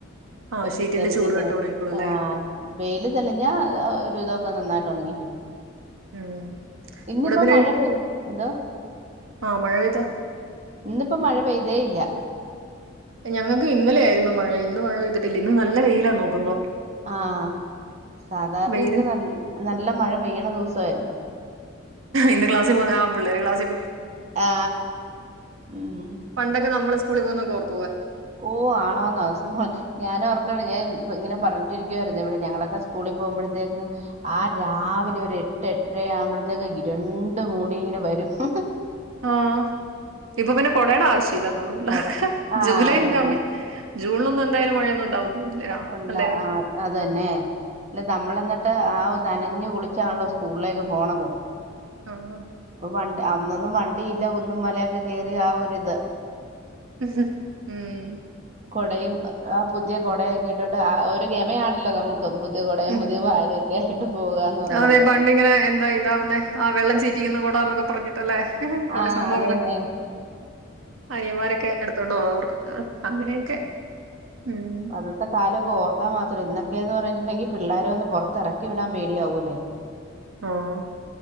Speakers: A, on the right; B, on the right.
A: ആ
B: ഇപ്പ
A: ഷീറ്റിന്റെ
B: തെളി
A: ചൂട് തട്ടി ഉണങ്ങിക്കോളും അല്ലേ
B: ആ വെയില് തെളിഞ്ഞ ഒരു വിതൊക്കെ നന്നായിട്ട് ഉണങ്ങി.
A: ഉം
B: ഇന്നിപ്പോ
A: ഇവിടെ പിന്നെ
B: മഴ പെയ് എന്തോ
A: ആ മഴ പെയ്താ.
B: ഇന്നിപ്പോ മഴ പെയ്തേ ഇല്ല.
A: ഞങ്ങൾക്ക് ഇന്നലെയായിരുന്നു മഴ ഇന്ന് മഴ പെയ്തിട്ടില്ല ഇന്ന് നല്ല വെയിലാ നോക്കുമ്പം.
B: ആ സാധാരണ
A: വെയില്
B: ഇന്ന് നല്ല മഴ പെയ്യ്ണ ദിവസമായിരുന്നു.
A: ഇന്ന് ക്ലാസി പോവുന്ന ആ പിള്ളേര് ക്ലാസിൽ പോ
B: ആ ഉം
A: പണ്ടൊക്കെ നമ്മള് സ്കൂളിൽ പോവുന്നൊക്കെ ഓർത്ത്
B: ഓ ആണോന്നോ സ്കൂൾ ഞാൻ ഓർക്കണ് ഞാൻ ഇങ്ങനെ പറഞ്ഞിട്ടിരിക്കുവായിരുന്നു ഇവിടെ ഞങ്ങളൊക്കെ സ്കൂളിൽ പോവുമ്പഴത്തേക്കിനും ആഹ് രാവിലെ ഒര് എട്ട് എട്ടര ആവുമ്പത്തേക്ക് ഇരിണ്ടു മൂടി ഇങ്ങനെ വരും വരും
A: ആഹ് ഇപ്പൊ പിന്നെ കൊടേടാ ആവശ്യയില്ല തോന്നുന്നു പിള്ളാർക്ക്
B: കൊട ആ
A: ജൂലൈ
B: അതന്നെ
A: ന്റെമ്മേ ജൂൺലൊന്നും എന്തായാലും മഴയൊന്നും ഉണ്ടാവും തോന്നുന്നില്ല
B: ഒണ്ട
A: അല്ലെ
B: ആഹ് അതന്നെ അല്ല നമ്മള് എന്നിട്ട് ട്ട് ആവു നനഞ്ഞു കുളിച്ചാണല്ലോ സ്കൂളിലേക്ക് പോണത്
A: ആഹ്
B: വണ് അന്നൊന്നും വണ്ടി ഇല്ല കുന്നും മലയൊക്കെ കേറി ആ ഒരു ഇത്
A: ഉം
B: കൊടയും ആ പുതിയ കൊടയെക്കെ ഇട്ടോണ്ട് ആ ഒരു ഗമയാണല്ലോ നമുക്ക് പുതിയ കൊടയും
A: ഉം
B: പുതിയ ബാഗൊക്കെ ആയിട്ട് പോകാന്ന് പറയണത്
A: അതെ പണ്ടിങ്ങനെ എന്താ ഇതാവുന്നെ ആ വെള്ളം ചീറ്റി <unintelligible> ഇന്ന് കൂടാനകം പറഞ്ഞിട്ടല്ലേ കൊറെ
B: ആ
A: സംഭവങ്ങള്
B: അതന്നെ
A: അനിയന്മാരൊക്കെ എടുത്തോണ്ട് പോകർക്കും ആ അങ്ങനെയൊക്കെ ഉം
B: അന്നത്തെ കാലമൊക്കെ ഓർക്കാൻ മാത്രം ഇന്ന് ക്കേന്ന് പറഞ്ഞിട്ടുണ്ടെങ്കിൽ പിള്ളാര ഒന്ന് പുറത്തിറക്കി വിടാൻ പേടിയാവൂല്ലേ
A: ആഹ്